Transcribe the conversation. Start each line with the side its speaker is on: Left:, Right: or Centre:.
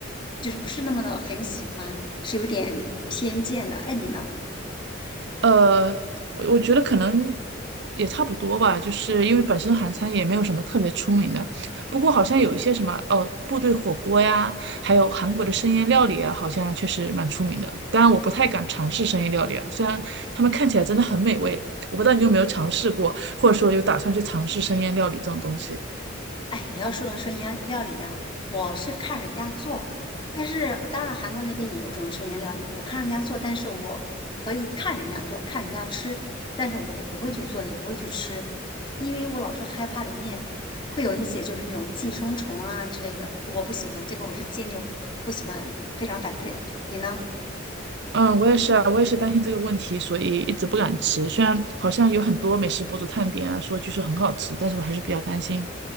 Left: 就是不是那么的很喜欢，是有点偏见的。哎，你呢？
Right: 呃，我我觉得可能也差不多吧，就是因为本身韩餐也没有什么特别出名的，不过好像有一些什么哦，部队火锅呀，还有韩国的生腌料理啊，好像确实蛮出名的。当然，我不太敢尝试生腌料理啊，虽然他们看起来真的很美味，我不知道你有没有尝试过，或者说有打算去尝试生腌料理这种东西。
Left: 哎，你要说到生腌料理啊，我是看人家做，但是当然韩国那边也有这种生腌料理，我看人家做，但是我可以看人家做，看人家吃，但是我不会去做，也不会去吃，因为我老是害怕里面会有一些就是那种寄生虫啊之类的，我不喜欢，这个我是坚决不喜欢，非常反对的。你呢？
Right: 嗯，我也是啊，我也是担心这个问题，所以一直不敢吃。虽然好像有很多美食博主探店啊，说据说很好吃，但是我还是比较担心